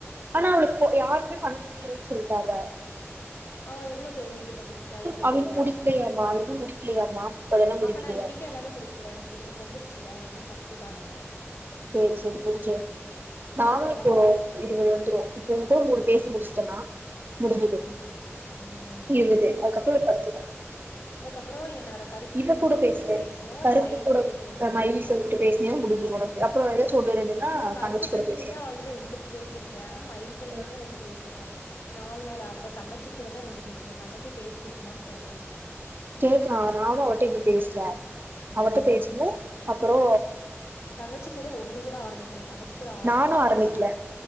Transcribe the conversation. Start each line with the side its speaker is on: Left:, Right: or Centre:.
Right: ஆனா அவளுக் போ யாருமே பண்ண <unintelligible> சொல்டாங்க
Left: அவ எவ்ளோ பே இது பண்ணிருக்கா இருவத்தேழா
Right: அவ இன்னு முடிக்கலையாமா அவ இன்னு முடிக்கலையாமா முப்பதெல்லா முடிக்கலையாமா
Left: அப்ப நா இன்னைக்கே எல்லாமே முடுச்சிருவே எனக்கு இருவது வந்துருச்சு எல்ல இனி பத்து தான
Right: சேர் சேரி <unintelligible> நானு
Left: அதான்
Right: இப்போ
Left: உங்க
Right: <unintelligible> வந்துரு இப்ப <unintelligible> பேசி முடிச்டனா முடுஞ்சுது
Left: ம். ம்.
Right: இருவதே அதுக்கப்பறொ பத்து
Left: ப்றோ என்னா த கருப்பு
Right: இவ
Left: ஃப்ரெண்டு
Right: கூட
Left: கிட்ட
Right: பேசுனே
Left: கொஞ்ச பேசணு
Right: கருப்பு
Left: மயில்கல்
Right: கூட
Left: கிட்ட கொஞ்ச பேசணு
Right: மயிலு சொல்லிட்டு பேசினியா முடிஞ்சுது உனக்கு அப்புறோ ஏதாச்சு ஒன்னு ரெண்டுன்னா
Left: இல்ல கருப்பு
Right: தங்கச்சி
Left: ஃப்ரெண்டு
Right: கூட பேசு
Left: கிட்ட ஆல்ரெ ரெண்டு பேசிருக்கே மயில்கல்
Right: ஆ
Left: கிட்ட ரெண்டு பேசிட்டே நா நால்நாள் அப்ப தங்கச்சி கூடதா ரெண்டு பேசுனொ தங்கச்சி பேசிக்குடுக்குமான் தெர்ல
Right: கேக்றா நானு அவன்ட்ட இன்னு பேசல அவட்ட
Left: ம்.
Right: பேசனு அப்றோ
Left: தங்கச்சி கூட ஒண்ணு கூட ஆரம்மிக்கல தங்கச்சி கூட ஆரம்மிக்கிறக்கே
Right: நானு ஆரம்பிக்கல
Left: ஒரு இ